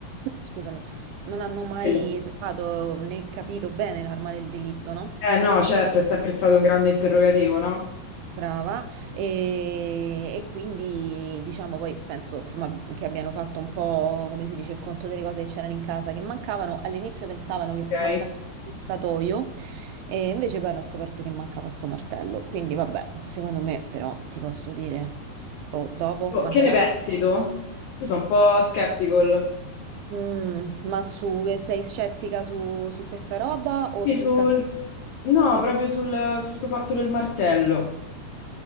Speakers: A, on the right (about 80°); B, on the left (about 75°).
A: scusami, non hanno mai
B: Quello.
A: trovato né capito bene l'arma del delitto, no?
B: Eh no, certo, è sempre stato un grande interrogativo, no?
A: Brava, e, e quindi diciamo poi penso insomma che abbiano fatto un po' come si dice il conto delle cose che c'erano in casa che mancavano. All'inizio pensavano che
B: Ok.
A: mancasse il satoio e invece poi hanno scoperto che mancava sto martello. Quindi vabbè, secondo me però ti posso dire, boh, dopo
B: Oh,
A: quanti
B: che ne
A: anni?
B: pensi tu? Io sono un po' skeptical.
A: Mm, ma su, sei scettica su, su questa roba o
B: Sì,
A: sul
B: sul-
A: caso?
B: No, proprio sul, su sto fatto del martello.